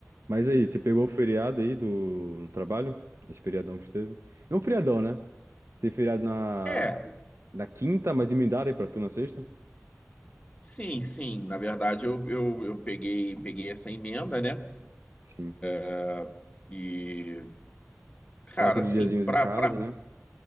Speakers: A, on the right (about 75°); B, on the left (about 25°).
A: Mas aí, você pegou o feriado aí do no trabalho? Esse feriadão que teve? É um feriadão, né? Teve feriado na,
B: É,
A: na quinta, mas emendaram aí pra tu na sexta?
B: Sim, sim. Na verdade, eu, eu, eu peguei, peguei essa emenda, né?
A: Sim.
B: Ah, E, cara,
A: Quatro
B: assim,
A: diazinhos
B: pra,
A: em casa,
B: pra,
A: né?